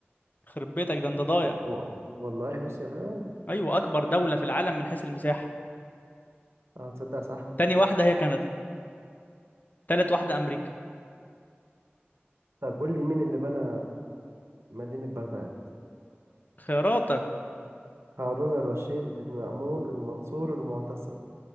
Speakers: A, on the left; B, on the right.
A: خرب بيتك ده انت ضايع
B: وال- والله روسيا فعلا
A: أيوة أكبر دولة في العالم من حيث المساحة
B: اه تصدق صح
A: تاني واحدة هي كندا تالت واحدة أمريكا
B: طب قول لي مين اللي بنى مدينة بغداد
A: خياراتك
B: هارون الرشيد المأمون المنصور المعتصم